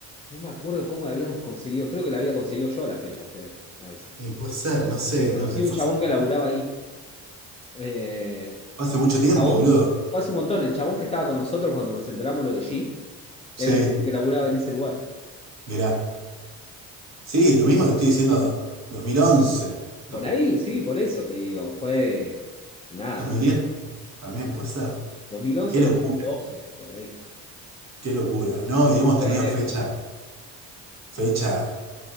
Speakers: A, on the left; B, on the right.
A: no me acuerdo cómo la habíamos conseguido. Creo que la había conseguido yo a la fecha, Fede. A esa.
B: Y puede ser, no sé,
A: Que conocí
B: no, no,
A: a un
B: fue
A: chabón
B: hace,
A: que laburaba ahí. Eh,
B: fue hace mucho tiempo,
A: chabón,
B: boludo.
A: fue hace un montón, el chabón que estaba con nosotros cuando nos enteramos lo de G,
B: Sí,
A: era el que laburaba en ese lugar.
B: mirá. Sí, lo mismo te estoy diciendo 2011, do-
A: Por ahí, sí, por eso te digo, fue, nada,
B: dos
A: sí,
B: mil diez también puede ser.
A: 2011,
B: Qué locura,
A: 2012, por ahí.
B: qué locura. No,
A: Sí,
B: y
A: sí,
B: hemos
A: espérate.
B: tenido fecha, fecha,